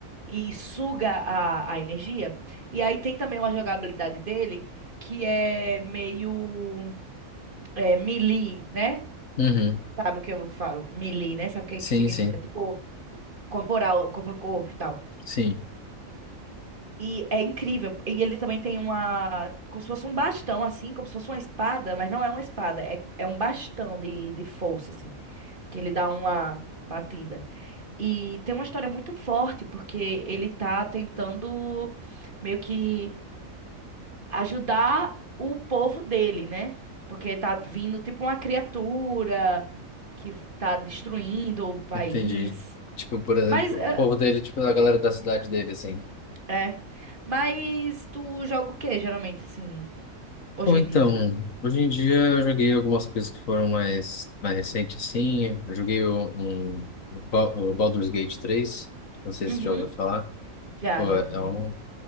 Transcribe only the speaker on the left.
Uhum.
Sim,
sim,
sim.
Entendi. Tipo, por exemplo,
o povo dele, tipo, a galera da cidade dele, assim.
Ou então,
hoje em dia eu joguei algumas coisas que foram mais, mais recentes, assim. Eu joguei o- um, o Ba- o Baldur's Gate três não sei
se você já ouviu falar.
Pô,
é
um,